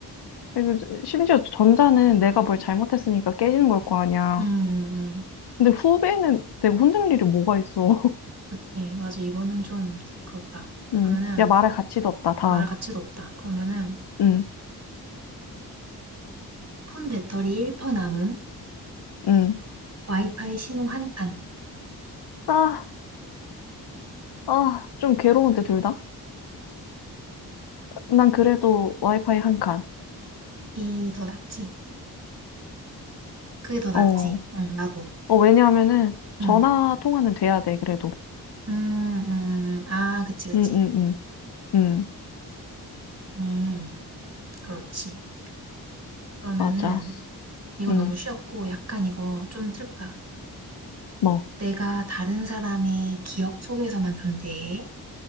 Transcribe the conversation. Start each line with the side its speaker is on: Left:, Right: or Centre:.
Left: 그리고 심지어 전자는 내가 뭘 잘못했으니까 깨지는 걸 거 아니야.
Right: 음, 음, 음.
Left: 근데 후배는 내가 혼낼 일이 뭐가 있어. <laughs>
Right: 그치. 맞아. 이거는 좀 그렇다.
Left: 응.
Right: 그러면은
Left: 야, 말할 가치도 없다, 다음.
Right: 말할 가치도 없다. 그러면은
Left: 응,
Right: 폰 배터리 1% 남음,
Left: 응.
Right: 와이파이 신호 한 판.
Left: 아, 아, 좀 괴로운데, 둘 다? 난 그래도 와이파이 한 칸.
Right: 이 더 낫지. 그게 더 낫지.
Left: 어.
Right: 응, 나도.
Left: 어, 왜냐하면은 전화
Right: 응.
Left: 통화는 돼야 돼, 그래도.
Right: 음, 음, 음. 음, 음. 아, 그치, 그치.
Left: 응, 응, 응, 응.
Right: 음, 그렇지. 그러면은
Left: 맞아.
Right: 이건
Left: 응,
Right: 너무 쉬웠고 약간 이거 좀 슬프다.
Left: 뭐,
Right: 내가 다른 사람의 기억 속에서만 존재해.